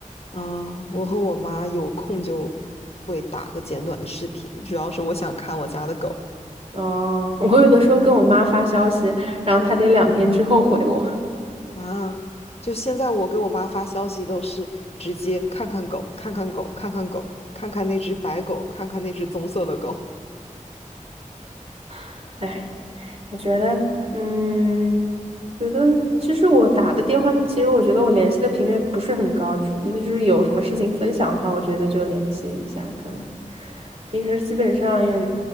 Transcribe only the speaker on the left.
啊，我和我妈有空就会打个简短的视频，主要是我想看我家的狗
啊。就现在我给我妈发消息都是直接看看狗，看看狗，看看狗，看看那只白狗，看看那只棕色的狗。